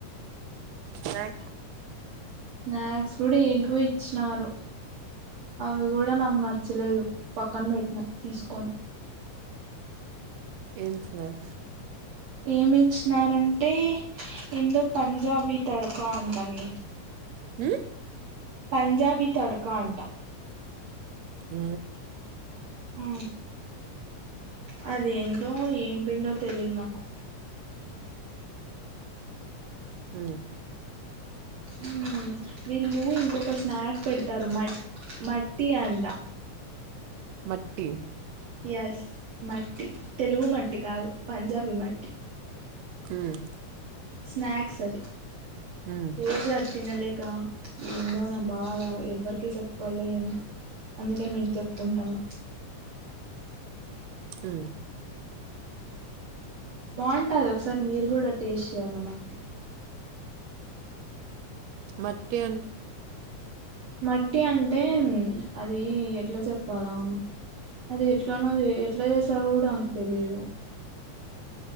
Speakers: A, on the right; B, on the right.
A: స్నాక్
B: స్నాక్స్ కూడా ఏంటోవో ఇచ్చినారు అవి కూడా నాకు నచ్చలేదు పక్కన పెట్టిన తీసుకొని
A: ఏం స్నాక్స్
B: ఏమి ఇచ్చినారంటే ఏందో పంజాబీ తడకా అంటండి
A: హు
B: పంజాబి తడకా అంటా
A: హు
B: హు ఆ అదేందో ఏం పిండో తెలియదు నాకు
A: హు
B: హు వీళ్ళు ఇంకొక స్నాక్ పెడతారు మట్ మట్టి అంట
A: మట్టి
B: ఎస్ మట్టి తెలుగు మట్టి కాదు పంజాబీ మట్టి
A: ఉమ్,
B: స్నాక్స్ అది
A: ఉమ్,
B: పేరు అది తినలేం ఇంకా ఏందో నా బాధా ఎవ్వరికి చెప్పుకోలేము అందుకే మీకు చెప్ కుంటన్న
A: హు
B: బాగుంటది ఒకసారి మీరు కూడా టేస్ట్ చేయ్యాల మట్టి
A: మట్టి అంటే
B: మట్టి అంటే అది ఎ ఎట్లా చెప్పాల అది ఎట్లానో అ ఎట్లా చేస్తారో కూడా తెలియదు